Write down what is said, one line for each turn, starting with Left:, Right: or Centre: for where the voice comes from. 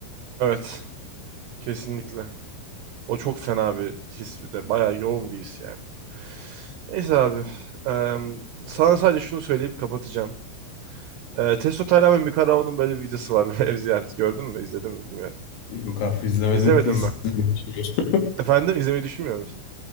Right: Evet, kesinlikle. O çok fena bir his bir de bayağı yoğun bir his yani. Neyse abi. eee, sana sadece şunu söyleyip kapatacağım. Eee Testo Taylan ve Mikarao'nun böyle bir videosu var. <laughs> Ev ziyareti gördün mü? İzledin mi bilmiyorum.
Left: Yok abi izlemedim.
Right: İzlemedin
Left: <laughs> İzlemek
Right: mi?
Left: için. <laughs>
Right: Efendim izlemeyi düşünmüyor musun?